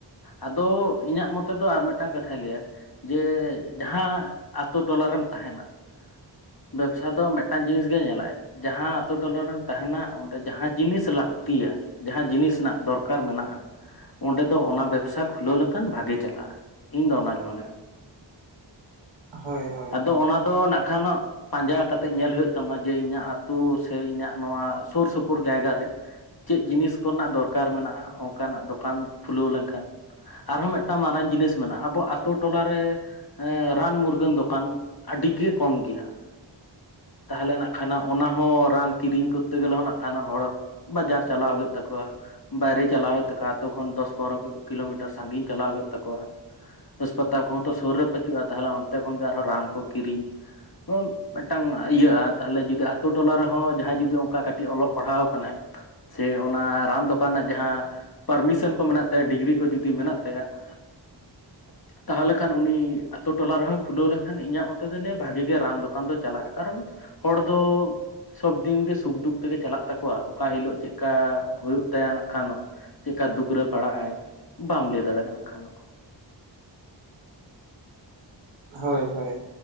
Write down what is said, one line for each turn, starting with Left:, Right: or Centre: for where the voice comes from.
Left: ᱟᱫᱚ ᱤᱧᱟᱹᱜ ᱢᱚᱛᱮ ᱫᱚ ᱟᱨ ᱢᱤᱫᱴᱟᱝ ᱠᱟᱛᱷᱟ ᱠᱟᱛᱷᱟᱭ ᱞᱟᱹᱭᱟ ᱡᱮ ᱡᱟᱦᱟᱸ ᱟᱛᱳ ᱴᱚᱞᱟᱮᱢ ᱛᱟᱦᱮᱱᱟ ᱾ ᱵᱮᱵᱽᱥᱟ ᱫᱚ ᱢᱤᱫᱴᱟᱝ ᱡᱤᱱᱤᱥ ᱜᱮ ᱧᱮᱞᱟᱭ ᱡᱟᱦᱟᱸ ᱟᱛᱳ ᱴᱚᱞᱟᱨᱮᱢ ᱛᱟᱦᱮᱱᱟ ᱚᱸᱰᱮ ᱡᱟᱦᱟᱸ ᱡᱤᱱᱤᱥ ᱞᱟᱹᱠ ᱛᱤᱭᱟ ᱡᱟᱦᱟᱸ ᱡᱤᱱᱤᱥ ᱨᱮᱱᱟᱜ ᱫᱚᱨᱠᱟᱨ ᱢᱮᱱᱟᱜᱼᱟ ᱾ ᱚᱸᱰᱮ ᱫᱚ ᱚᱱᱟ ᱵᱮᱵᱽᱥᱟ ᱠᱷᱩᱞᱟᱹᱣ ᱞᱮᱱᱠᱷᱟᱱ ᱵᱷᱟᱜᱮ ᱪᱟᱞᱟᱜᱼᱟ ᱤᱧ ᱫᱚ ᱚᱱᱟᱧ ᱢᱚᱱᱮᱭᱟ ᱾
Right: ᱦᱳᱭ ᱦᱳᱭ
Left: ᱟᱫᱚ ᱚᱱᱟ ᱫᱚ ᱱᱟᱜ ᱠᱷᱟᱱᱚᱜ ᱯᱟᱸᱡᱟ ᱠᱟᱛᱮᱜ ᱧᱮᱞ ᱦᱩᱭᱩᱜ ᱛᱟᱢᱟ ᱡᱮ ᱤᱧᱟᱹᱜ ᱟᱹᱛᱩ ᱥᱮ ᱤᱧᱟᱹᱜ ᱱᱚᱣᱟ ᱥᱩᱨ ᱥᱩᱯᱩᱨ ᱡᱟᱭᱜᱟ ᱨ ᱪᱮᱫ ᱡᱤᱱᱤᱥ ᱠᱚᱨᱮᱱᱟᱜ ᱫᱚᱨᱠᱟᱨ ᱢᱮᱱᱟᱜᱼᱟ ᱚᱱᱠᱟᱱᱟᱜ ᱫᱚᱠᱟᱱ ᱠᱷᱩᱞᱟᱹᱣ ᱞᱮᱱᱠᱷᱟᱱ ᱾ ᱟᱨᱦᱚ ᱢᱤᱫᱴᱟᱝ ᱢᱟᱨᱟᱝ ᱡᱤᱱᱤᱥ ᱢᱮᱱᱟᱜᱼᱟ ᱟᱵᱚ ᱟᱹᱛᱳ ᱨᱮ ᱨᱟᱱ ᱢᱩᱨᱜᱟᱹᱱ ᱫᱚᱠᱟᱱ ᱟᱹᱰᱤᱜᱮ ᱠᱚᱢ ᱜᱮᱭᱟ ᱾ ᱛᱟᱦᱚᱞᱮ ᱱᱟᱜ ᱠᱷᱟᱱ ᱚᱱᱟ ᱦᱚᱸ‌ ᱨᱟᱱ ᱠᱤᱨᱤᱧ ᱠᱚᱨᱛᱮ ᱜᱮᱞᱮ ᱱᱟᱜ ᱠᱷᱟᱱ ᱦᱚᱲ ᱾ ᱵᱟᱡᱟᱨ ᱪᱟᱞᱟᱣ ᱦᱩᱭᱩᱜ ᱛᱟᱠᱚᱣᱟ ᱾ ᱵᱟᱭᱨᱮ ᱪᱟᱞᱟᱣ ᱦᱩᱭᱩᱜ ᱛᱟᱠᱚᱣᱟ ᱟᱛᱳ ᱠᱷᱚᱱ ᱫᱚᱥ ᱯᱚᱱᱨᱚ ᱠᱤᱞᱳᱢᱤᱴᱟᱨ ᱥᱟᱺᱜᱤᱧ ᱪᱟᱞᱟᱣ ᱦᱩᱭᱩᱜ ᱛᱟᱠᱚᱣᱟ ᱾ ᱦᱟᱥᱯᱟᱛᱟᱞ ᱠᱚᱦᱚᱸ ᱛᱚ ᱥᱩᱨ ᱨᱮ ᱯᱟᱹᱪᱩᱜᱼᱟ ᱛᱟᱦᱚᱞᱮ ᱚᱱᱛᱮ ᱠᱷᱚᱱᱜᱮ ᱟᱨᱦᱚᱸ ᱨᱟᱱ ᱠᱚ ᱠᱤᱨᱤᱧ ᱦᱚ ᱢᱮᱴᱟᱝ ᱟᱜ ᱤᱭᱟᱹᱜᱼᱟ ᱛᱟᱦᱚᱞᱮ ᱡᱩᱫᱤ ᱟᱛᱳ ᱴᱚᱞᱟ ᱨᱮᱦᱚᱸ ᱡᱟᱦᱟᱸᱭ ᱡᱩᱫᱤ ᱚᱱᱠᱟ ᱠᱟᱹᱴᱤᱡ ᱚᱞᱚᱜ ᱯᱟᱲᱦᱟᱣ ᱠᱟᱱᱟᱭ ᱾ ᱥᱮ ᱚᱱᱟ ᱨᱟᱱ ᱫᱚᱠᱟᱱ ᱨᱮᱱᱟᱜ ᱡᱟᱦᱟᱸ ᱯᱟᱨᱢᱤᱥᱮᱱ ᱠᱚ ᱢᱮᱱᱟᱜ ᱛᱟᱭᱟ ᱰᱤᱜᱽᱨᱤ ᱠᱚ ᱡᱩᱫᱤ ᱢᱮᱱᱟᱜ ᱛᱟᱭᱟ ᱾ ᱛᱟᱦᱚᱞᱮ ᱠᱷᱟᱱ ᱩᱱᱤ ᱟᱹᱛᱩ ᱴᱚᱞᱟ ᱨᱮᱦᱚᱸᱭ ᱠᱷᱩᱞᱟᱹᱣ ᱞᱮᱠᱷᱟᱱ ᱤᱧᱟᱹᱜ ᱢᱚᱛᱮ ᱫᱚᱭ ᱞᱟᱹᱭᱟ ᱵᱷᱟᱜᱤ ᱜᱮ ᱨᱟᱱ ᱫᱚᱠᱟᱱ ᱫᱚ ᱪᱟᱞᱟᱜᱼᱟ᱾ ᱠᱟᱨᱚᱱ ᱦᱚᱲ ᱫᱚ ᱥᱚᱵᱫᱤᱱ ᱜᱮ ᱥᱩᱠᱫᱩᱠ ᱛᱮᱜᱮ ᱪᱟᱞᱟᱜ ᱛᱟᱠᱚᱣᱟ ᱾ ᱚᱠᱟ ᱦᱤᱞᱳᱜ ᱪᱮᱜᱠᱟ ᱦᱩᱭᱩᱜ ᱛᱟᱭᱟ ᱱᱟᱜ ᱠᱷᱟᱱᱚᱜ ᱾ ᱪᱮᱫᱠᱟ ᱫᱩᱠ ᱨᱮ ᱯᱟᱲᱟᱜᱼ ᱟᱭ ᱵᱟᱢ ᱞᱟᱹᱭ ᱫᱟᱲᱮᱭᱟᱜᱼᱟ ᱱᱟᱜ ᱠᱷᱟᱱ ᱾
Right: ᱦᱳᱭ ᱦᱳᱭ